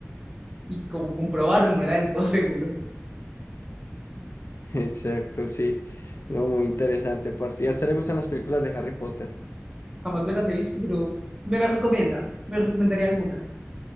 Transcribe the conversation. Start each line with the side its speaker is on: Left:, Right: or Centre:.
Right: Y como comprobaron, no era del todo <laughs> seguro.
Left: <laughs> Exacto, sí. No, muy interesante, parce. ¿Y a usted le gustan las películas de Harry Potter?
Right: Jamás me las he visto, pero me las recomienda, me recomendaría alguna.